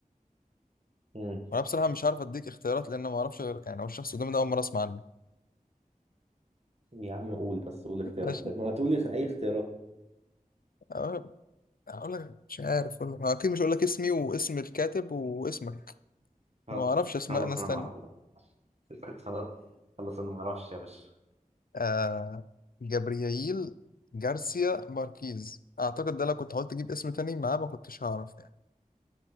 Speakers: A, on the right; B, on the left.
A: مم.
B: وأنا بصراحة مش عارف أديك اختيارات لأن ما أعرفش غير يعني هو الشخص قدامي ده أول مرة أسمع عنه
A: يا عم قول بس قول اختيارات
B: ماشي
A: طيب ما تقولي اخ- اي اختيارات
B: أه، هقول لك مش عارف أقول لك أكيد مش هقول لك اسمي واسم الكاتب واسمك
A: خلاص
B: أنا ما أعرفش أسماء
A: خلاص
B: ناس
A: انا
B: تانية
A: ما اعرف <laughs> خلاص خلاص انا ما اعرفش يا باشا
B: آه جابرييل جارسيا ماركيز اعتقد ده لو كنت حاولت اجيب اسم تاني معاه ما كنتش هعرف يعني